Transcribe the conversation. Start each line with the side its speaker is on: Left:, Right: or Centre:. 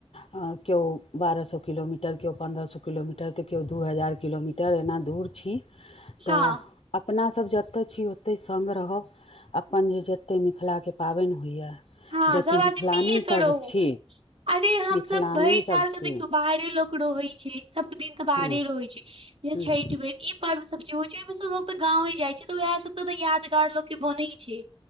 Left: केओ बारह सौ किलोमीटर, केओ पन्द्रह सौ किलोमीटर, तऽ केओ दू हजार किलोमीटर टर एना दूर छी
Right: हँ
Left: तऽ अपना सब जतऽ छी ओतए सङ्ग रहब अपन जे जेते मिथिलाके पाबैंन होइए
Right: हँ
Left: जतेक
Right: सब आदमी
Left: मिथिलानीसभ
Right: मिल कर रहू
Left: छी
Right: अरे हम
Left: मिथिलानीसभ
Right: सभ भैर साल
Left: छी
Right: तऽ देखियौ बाहरे लोक रहै छै सभ दिनक बाहरे
Left: हूँ
Right: रहै छै।
Left: हूँ
Right: <inaudible> छैठ बेर ई पर्व सब जे होइ छै ओ सब लोक त गाँवे जाइ छै। तऽ उएह सब तऽ यादगार लोक के बनै छै।